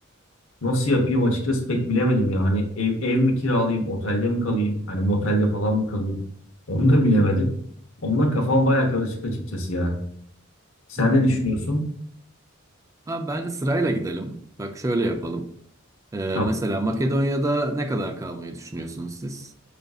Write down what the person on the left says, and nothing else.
Nasıl yapayım açıkçası pek bilemedim ya. Hani ev, ev mi kiralayayım, otelde mi kalayım? Hani motelde falan mı kalayım? <laughs> Onu da bilemedim. Onunla kafam baya karışık açıkçası ya. Sen
ne düşünüyorsun?
Tamam.